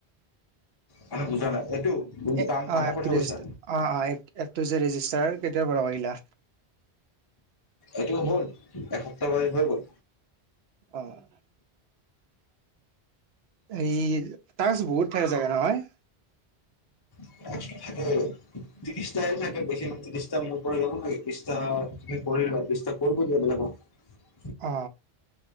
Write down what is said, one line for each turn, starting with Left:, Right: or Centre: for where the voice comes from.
Left: মানে বুজা নাই এইটো কোনটো
Right: <unintelligible>
Left: কাম কামৰ
Right: এপটো
Left: কথা
Right: যে
Left: কৈছা
Right: ৰেজিষ্টাৰ কেটিয়াৰ পৰা কৰিলা?
Left: এইটো হ'ল এসপ্তাহ কৰি হৈ গ'ল।
Right: অ'। এই তাৰছ বহুত ঠাইৰ জেগা নহয়?
Left: <unintelligible> ত্ৰিছটাই থাকে বেছি ত্ৰিছটা মোৰ পৰা যাব লাগে ত্ৰিছটা তুমি কৰিলোৱা ত্ৰিছটা কৰ কৰিব দিবা বেলেগক <unintelligible>
Right: অ